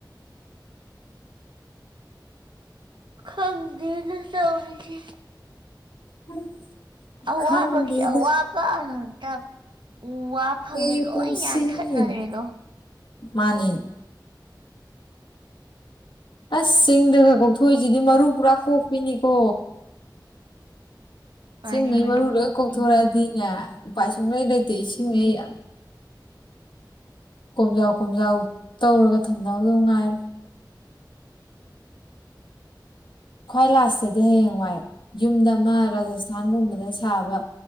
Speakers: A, on the right; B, on the left.
A: ꯈꯪꯗꯦꯗ ꯇꯧꯔꯤꯁꯦ
B: <inaudible>
A: ꯑꯋꯥꯕꯒꯤ
B: ꯈꯪꯗꯦꯗ
A: ꯑꯋꯥꯕ ꯉꯥꯛꯇ ꯎ ꯋꯥ ꯐꯪꯉꯦ
B: ꯑꯩꯒꯤ
A: ꯂꯣꯏ
B: ꯄꯨꯟꯁꯤꯅ
A: ꯌꯥꯟꯊꯠꯅꯔ꯭ꯔꯦꯗꯣ
B: ꯃꯥꯅꯤ ꯑꯁ ꯆꯤꯡꯗꯒ ꯀꯧꯊꯣꯏꯁꯤꯗꯤ ꯃꯔꯨ ꯄꯨꯔꯥ ꯀꯣꯛꯄꯤꯅꯤꯀꯣ ꯏꯁꯤꯡꯉꯩ
A: ꯃꯥꯅꯦ
B: ꯃꯔꯨ ꯂꯣꯏ
A: ꯀꯣꯛꯄꯤꯅꯦ
B: ꯀꯣꯛꯊꯣꯔꯛꯑꯗꯤꯅꯦ ꯎꯄꯥꯏ ꯁꯨꯡ ꯂꯣꯏ ꯂꯩꯇꯦ ꯏꯁꯤꯡꯉꯩ ꯌꯥꯝ ꯀꯣꯝꯖꯥꯎ ꯀꯣꯝꯖꯥꯎ ꯇꯧꯔꯒ ꯊꯝꯅꯕꯗꯅꯨꯡꯉꯥꯏꯔꯦ ꯈ꯭ꯋꯥꯏ ꯂꯥꯁꯇꯗꯤ ꯍꯌꯦꯡ ꯋꯥꯏ ꯌꯨꯝꯗ ꯑꯃ ꯔꯥꯖꯁꯊꯥꯟꯒꯨꯝꯕꯗ ꯁꯥꯕ